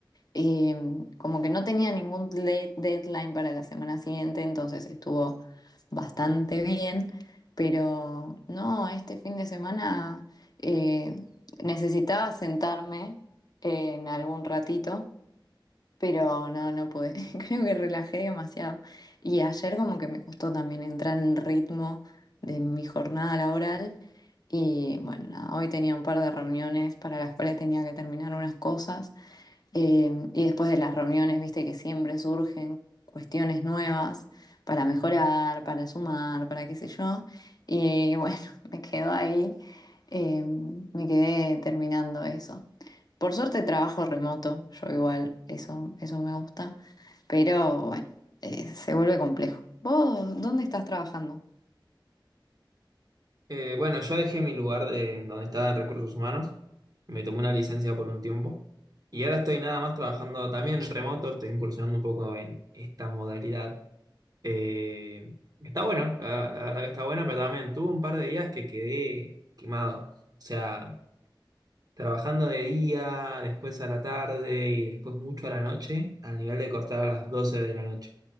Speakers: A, on the left; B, on the right.
A: Eh, como que no tenía ningún de- deadline para la semana siguiente, entonces estuvo bastante bien, pero no, este fin de semana eh, necesitaba sentarme eh, en algún ratito pero no, no pude. <laughs> Creo que relajé demasiado. Y ayer como que me costó también entrar en ritmo de mi jornada laboral. Y bueno, nada, hoy tenía un par de reuniones para las cuales tenía que terminar unas cosas. Eh, y después de las reuniones, viste que siempre surgen cuestiones nuevas para mejorar, para sumar, para qué sé yo. Y bueno, <laughs> me quedo ahí. Eh, me quedé terminando eso. Por suerte trabajo remoto, yo igual, eso, eso me gusta, pero bueno, eh, se vuelve complejo. ¿Vos dónde estás trabajando?
B: Eh, bueno, yo dejé mi lugar de donde estaba en recursos humanos, me tomé una licencia por un tiempo y ahora estoy nada más trabajando también remoto, estoy incursionando un poco en esta modalidad. Eh, está bueno, la, la verdad que está bueno, pero también tuve un par de días que quedé quemado. O sea, Trabajando de día, después a la tarde y después mucho a la noche, al nivel de cortar a las 12 de la noche.